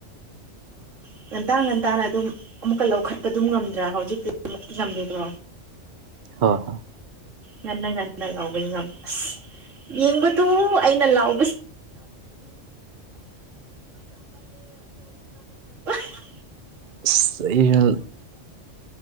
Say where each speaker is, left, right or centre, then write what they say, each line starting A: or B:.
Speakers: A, on the right (about 85°); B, on the right (about 50°).
A: <unintelligible> ꯉꯟꯇꯥ ꯉꯟꯇꯥꯅ ꯑꯗꯨꯝ ꯑꯃꯨꯛꯀ ꯂꯧꯈꯠꯄ ꯑꯗꯨꯝ ꯉꯝꯗ꯭ꯔꯥ ꯍꯧꯖꯤꯛꯇꯤ ꯑꯃꯨꯛ ꯉꯝꯗ꯭ꯔꯦꯀꯣ
B: ꯍꯣ ꯍꯣ
A: ꯉꯟꯅ ꯉꯟꯅ ꯂꯥꯎꯕꯗꯤ ꯉꯝ ꯑꯁ ꯌꯦꯡꯕꯗꯨ ꯑꯩꯅ ꯂꯥꯎ <unintelligible> <unintelligible> <unintelligible> <unintelligible>
B: ꯑꯁ ꯑꯩꯁꯨ